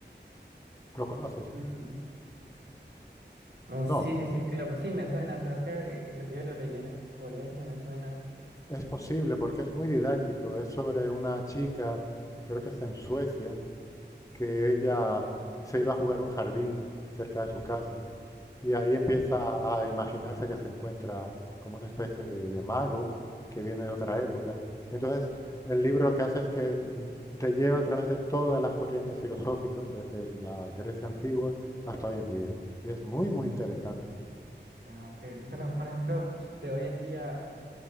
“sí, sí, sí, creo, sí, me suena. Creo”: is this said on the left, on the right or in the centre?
Right